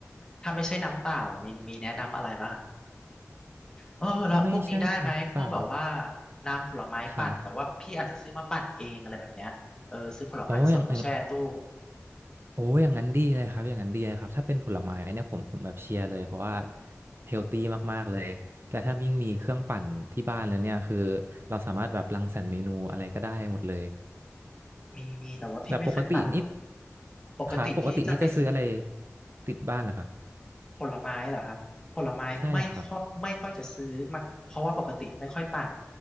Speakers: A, on the left; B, on the right.
A: ถ้าไม่ใช่น้ำเปล่ามีมีแนะนำอะไรบ้างเออแล้วพวกนี้ได้ไหมพวกแบบว่า
B: ถ้าไม่ใช่น้ำเปล่า
A: น้ำผลไม้ปั่นแต่ว่าพี่อาจจะซื้อมาปั่นเองอะไรแบบเนี้ยเออซื้อผลไม้สดมาแช่ตู้
B: ครับโอ้อย่าง โอ้ยอย่างนั้นดีเลยครับอย่างนั้นดีเลยครับถ้าเป็นผลไม้เนี่ยผมผมแบบเชียร์เลยเพราะว่าเฮลตี้มากๆเลยแต่ถ้ายิ่งมีเครื่องปั่นที่บ้านแล้วเนี่ยคือเราสามารถแบบรังสรรค์เมนูอะไรก็ได้หมดเลย
A: มีมีแต่ว่าพี่ไม่เคยปั่น
B: แบบปกตินี่
A: ปกติที่จะไปซื้อ
B: ค่ะปกตินี่จะซื้ออะไรติดบ้านเหรอครับ
A: ผลไม้เหรอครับผลไม้ไม่ค่อยไม่ค่อยจะซื้อมาเพราะว่าปกติไม่ค่อยปั่น
B: ใช่ครับ